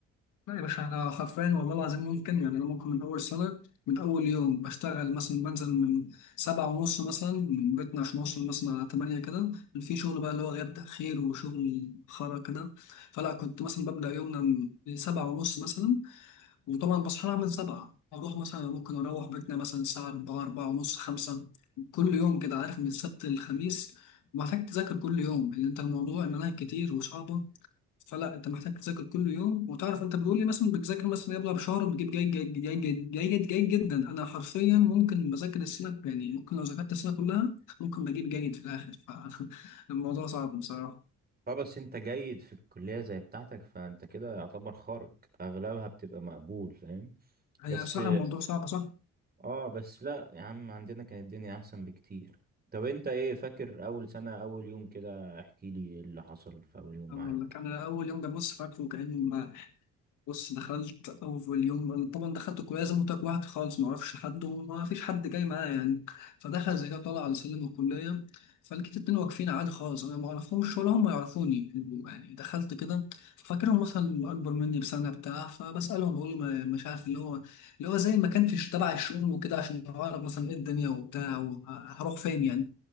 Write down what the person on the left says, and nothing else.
لا يا باشا انا حرفيا والله العظيم ممكن يعني انا ممكن من اول سنه من اول يوم بشتغل مثلا بنزل من سبعة ونص مثلا من بيتنا عشان اوصل مثلا على تمانية كده في شغل بقى اللي هو غياب تاخير وشغل خرا كده فلا كنت مثلا ببدا يومنا من سبعة ونص مثلا وطبعا بصحى لها من سبعة اروح مثلا ممكن اروح بيتنا مثلا الساعه 4 4 ونص 5 كل يوم كده عارف من السبت للخميس محتاج تذاكر كل يوم لان انت الموضوع المناهج كتير وصعبه فلا انت محتاج تذاكر كل يوم وتعرف انت بيقول لي مثلا بتذاكر مثلا يلا بشهر وبتجيب جيد جيد جيد جيد جيد, جيد جدا انا حرفيا ممكن بذاكر السنه يعني ممكن لو ذاكرت السنه كلها ممكن بجيب جيد في الاخر فالموضوع <laughs> صعب بصراحه
هي
بصراحه الموضوع صعب صح
أقول
لك انا اول يوم ده بص فاكره كانه بص دخلت أول يوم أنا طبعا دخلت كلية زي ما قلت لك لوحدي خالص معرفش حد وما فيش حد جاي معايا يعني فدخل زي كده طالع على سلم الكلية فلقيت اتنين واقفين عادي خالص أنا ما أعرفهمش ولا هم يعرفوني يعني دخلت كده فاكرهم مثلا أكبر مني بسنة بتاع فبسألهم بقول له ما- مش عارف اللي هو اللي هو زي ما كان في تبع الشؤون وكده عشان أعرف مثلا إيه الدنيا وبتاع وهروح فين يعني